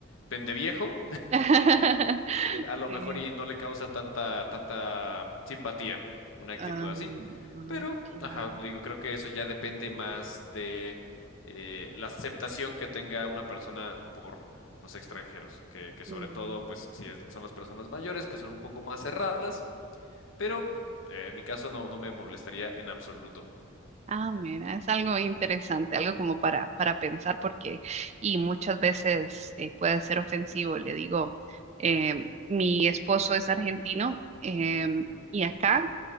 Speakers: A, on the left; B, on the right.
A: pendeviejo,
B: <laughs>
A: eh, a lo
B: Sí.
A: mejor y no le causa tanta, tanta simpatía una actitud
B: Ah,
A: así. Pero,
B: claro.
A: ajá, le digo, creo que eso ya depende más de eh, la aceptación que tenga una persona por los extranjeros, que, que sobre
B: Mm.
A: todo, pues, si es- son las personas mayores, que son un poco más cerradas, pero eh, en mi caso no, no me molestaría en absoluto.
B: Ah, mira, es algo interesante, algo como para,
A: Ujú.
B: para pensar, porque, y muchas veces eh, puede ser ofensivo. Le digo, em, mi esposo es argentino, em,
A: Ujú,
B: y acá